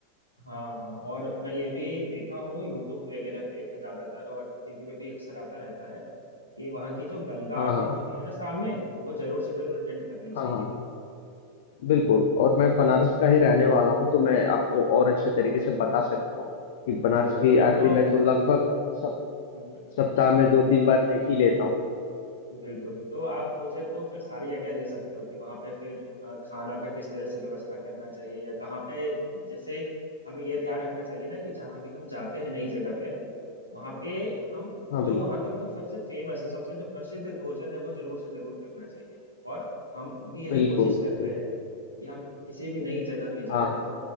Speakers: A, on the right; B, on the left.
A: हाँ हाँ और मैं ये भी देखा हूँ यूट्यूब वगैरह पे ज्यादातर और टीवी पे भी अक्सर आता रहता है कि वहाँ की जो गंगा
B: हाँ
A: आरती
B: हाँ
A: होती है ना शाम में वो जरूर से जरूर अटेंड करनी चाहिए
B: हाँ हाँ बिल्कुल और मैं बनारस का ही रहने वाला हूँ तो मैं आपको और अच्छे तरीके से बता सकता हूँ कि बनारस
A: ओ
B: की
A: फिर
B: आरती
A: तो
B: मैं तो लगभग सब
A: बिल्कुल
B: सप्ताह में दो तीन बार देख ही लेता हूँ
A: बिल्कुल तो आप मुझे तो फिर सारी आइडिया दे सकते हो कि वहां पे फिर अ, खाना का किस तरह से व्यवस्था करना चाहिए या कहाँ पे जैसे हमें यह ध्यान रखना चाहिए ना कि जहाँ भी हम जाते हैं नई जगह पे वहां पे हम
B: हाँ
A: जो
B: बिल्कुल
A: वहाँ का जो सबसे फेमस सबसे जो प्रसिद्ध भोजन है वो जरूर से जरूर करना चाहिए और हम भी यही
B: बिल्कुल
A: कोशिश करते
B: बिल्कुल
A: हैं कि हम किसी भी नई जगह में जाए
B: हाँ हाँ
A: तो